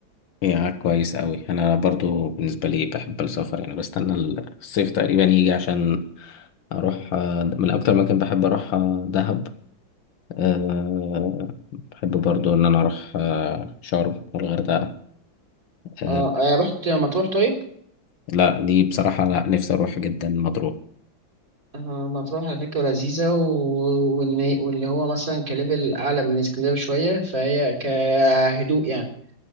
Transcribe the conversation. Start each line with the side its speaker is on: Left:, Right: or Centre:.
Left: يا كويس قوي انا برضو بالنسبة لي بحب السفر يعني بستنى الصيف تقريبا يجي عشان اروح آه، من اكتر مكان بحب اروح آه، دهب أه بحب برضو إن أنا أروح آه، شرم والغردقة أه
Right: آه آه، رحت مطروح طيب
Left: لا دي بصراحة لا نفسي أروح جدا مطروح
Right: آه، مطروح على فكرة لذيذة و... واللي... واللي هو مثلا كليفل أعلى من اسكندرية شوية فهي كهدوء يعني